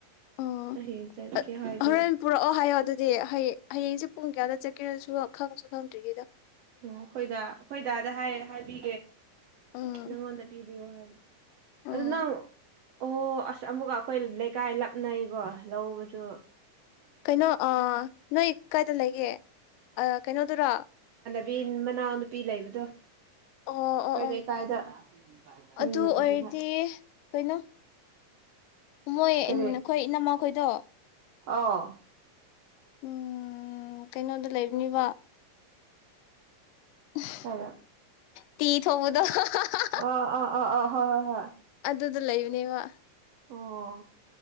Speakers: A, on the left; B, on the right.
A: ꯑꯣ
B: ꯍꯌꯦꯡ ꯆꯠꯀꯦ ꯍꯥꯏꯗꯤ
A: ꯍꯣꯔꯦꯟ ꯄꯨꯔꯛꯑꯣ ꯍꯥꯏꯌꯣ ꯑꯗꯨꯗꯤ ꯍꯌꯦꯡ ꯍꯌꯦꯡꯁꯦ ꯄꯨꯡ ꯀꯌꯥꯗ ꯆꯠꯀꯦꯁꯨ ꯈꯪꯁꯨ ꯈꯪꯗ꯭ꯔꯤꯉꯩꯗ
B: ꯑꯣ ꯑꯩꯈꯣꯏꯗ ꯑꯩꯈꯣꯏꯗꯥꯗ ꯍꯥꯏ ꯍꯥꯏꯕꯤꯒꯦ
A: ꯎꯝ
B: ꯅꯪꯉꯣꯟꯗ ꯄꯤꯕꯤꯌꯣ ꯍꯥꯏꯌꯣ
A: ꯎꯝ
B: ꯑꯗꯨ ꯅꯪ ꯑꯣ ꯑꯁ ꯑꯃꯨꯛꯀ ꯑꯩꯈꯣꯏ ꯂꯩꯀꯥꯏ ꯂꯞꯅꯩꯀꯣ ꯂꯧꯕꯗꯨ
A: ꯀꯩꯅꯣ ꯑ ꯅꯣꯏ ꯀꯥꯏꯗ ꯂꯩꯒꯦ ꯑ ꯀꯩꯅꯣꯗꯨꯔꯣ
B: ꯕꯤꯟ ꯃꯅꯥꯎ ꯅꯨꯄꯤ ꯂꯩꯕꯗꯣ
A: ꯑꯣ ꯑꯣ
B: ꯈꯣꯏ
A: ꯑꯣ
B: ꯂꯩꯀꯥꯏꯗ
A: ꯑꯗꯨ
B: ꯎꯝ
A: ꯑꯣꯏꯔꯗꯤ
B: ꯑꯗꯨꯗ꯫
A: ꯀꯩꯅꯣ ꯃꯣꯏ
B: ꯀꯔꯤ
A: ꯏꯟ ꯑꯩꯈꯣꯏ ꯏꯅꯝꯃꯈꯣꯏꯗꯣ꯫
B: ꯑꯣ
A: ꯎꯝ ꯀꯩꯅꯣꯗ ꯂꯩꯕꯅꯤꯕ <unintelligible>
B: ꯀꯥꯏꯗ
A: ꯇꯤ ꯊꯣꯡꯃꯗꯣ <unintelligible>
B: ꯑꯣ ꯑꯣ ꯑꯣ ꯑꯣ ꯍꯣꯏ ꯍꯣꯏ ꯍꯣꯏ
A: ꯑꯗꯨꯗ ꯂꯩꯕꯅꯦꯕ꯫
B: ꯑꯣ